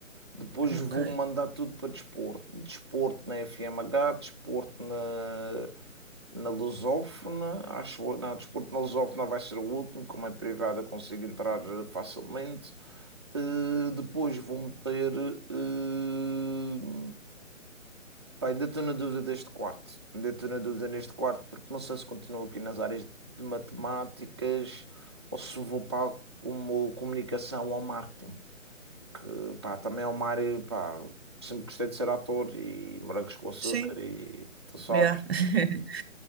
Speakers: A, on the right; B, on the right.
A: depois
B: ok.
A: vou mandar tudo para desporto. Desporto na FMH, desporto na, na Lusófona, acho eu. Não, desporto na Lusófona vai ser o último, como é privado eu consigo entrar eh, facilmente. Eh, depois vou meter. eh, Pá, ainda estou na dúvida deste quarto. Ainda estou na dúvida neste quarto, porque não sei se continuo aqui nas áreas de matemáticas ou se vou para como comunicação ou marketing. Que pá, também é uma área, pá, sempre gostei de ser ator e morangos com açúcar
B: Sim,
A: e tu sabes.
B: yeah. <laughs>